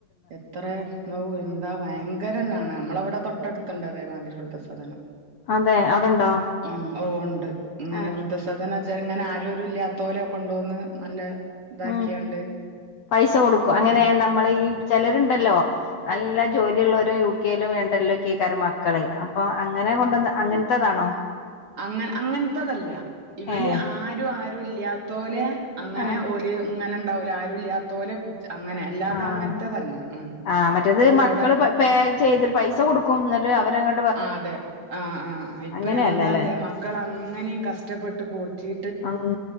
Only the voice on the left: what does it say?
അതെ അവിടെണ്ടോ
ആഹ്
ഉം പൈസ കൊടുക്കും അങ്ങനേണ്
നമ് മളീ ചെലര്ണ്ടല്ലോ നല്ല ജോലിള്ളോരും യു കെ യിലും ലണ്ടനിലൊക്കേകാരം മ ക്കളേ. അപ്പൊ അങ്ങനെ കൊണ്ടന്ന് അങ്ങൻത്തെതാണോ.
ഏഹ്
ആഹ്
ആഹ്
ആഹ് മറ്റേത്
മക്കള്
പേ ചെയ്തിട്ട് പൈസ കൊടുക്കും ഇന്നട്ട് അവരങ്ങ്
അങ്ങനെയല്ലല്ലേ
ഔവ്